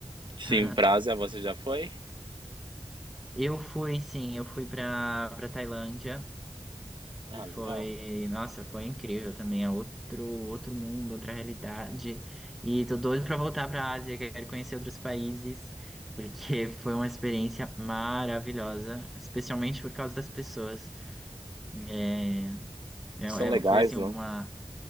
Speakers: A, on the right; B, in the centre.
A: Sim,
B: <laughs>
A: Brasa, você já foi?
B: Eu fui, sim, eu fui pra, pra Tailândia.
A: Ah,
B: E foi,
A: legal.
B: nossa, foi incrível também, é outro, outro mundo, outra realidade. E tô doido pra voltar pra Ásia, quero conhecer outros países, porque <laughs> foi uma experiência maravilhosa, especialmente por causa das pessoas. É, é-
A: São legais,
B: é- foi assim
A: não?
B: uma